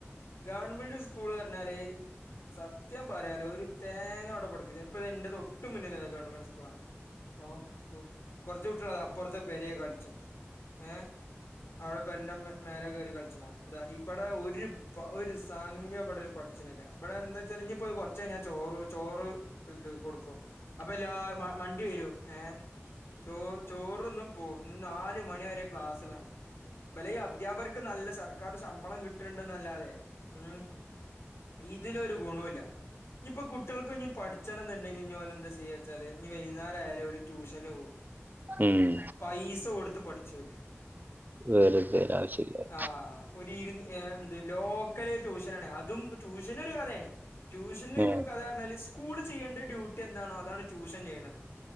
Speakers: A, on the left (about 65°); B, on the right (about 40°).
A: ഗവൺമെന്റ് സ്കൂ സ്കൂൾ പറഞ്ഞാല് സത്യം പറയാലോ ഒരു തേങ്ങ അവിടെ പഠിപ്പിചൂല ഇപ്പതാ ഇന്റെ തൊട്ട് മുന്നിലെന്നേ ഗവൺമെന്റ് സ്കൂളാണ് അപ്പൊ കുറച്ചു കുട്ടിയളതാ അപ്പുറത്തെ പെരേ കളിച്ചിണ് ഏഹ് അവിടെ പെരന്റെ മേ മേലെ കേറി കളിച്ച്ണതാ ഇതാ ഇവിടെ ഒരു ഒരു സംഗതി ഇവിടെ പഠിച്ചനില്ല. ഇവിടെ എന്താ വച്ചാല് ഇഞ്ഞി ഇപ്പ കുറച്ച് കഴിഞ്ഞാ ചോറ് ചോറ് ഇത് കൊടുക്കും അപ്പല്ലാരും മണ്ടി വരും ഏഹ് ചോറ് ചോറ്ന്നും പോകും ഇന്ന് നാല് മണി വരെ ക്ലാസ്സ് ഉള്ളാണ് ഇബലെ ഈ അധ്യാപകറ് അധ്യാപകർക്ക്‌ നല്ല സർക്കാർ ശമ്പളം കിട്ട്ണ്ട്ന്നല്ലാതെ ഉം ഇതിലൊരു ഗുണോല്ല ഇഞ്ഞ് ഇപ്പൊ കുട്ടികൾക്ക്‌ ഇഞ്ഞ് പഠിച്ചണം എന്നുണ്ടെങ്കിൽ ഇഞ്ഞ് ഓൽ എന്താ ചെയ്യാച്ചാല് ഇനി വൈന്നാരായാലും ഓര് ട്യൂഷന് പോവും.
B: ഉംഹ്.
A: പൈസ കൊടുത്ത് പഠിച്ചോല്.
B: വെറുതെ ആവശ്യല്ലാതെ.
A: ആഹ് ഒരു എന്ത് ലോക്കല് ട്യൂഷനാണ് അതും ട്യൂഷനൊരു കഥയാണ് ട്യൂഷന്ൽ
B: ഏ
A: കഥ പറഞ്ഞാല് സ്കൂള് ചെയ്യേണ്ട ഡ്യൂട്ടി എന്താണോ അതാണ് ട്യൂഷൻ ചെയ്യണത്.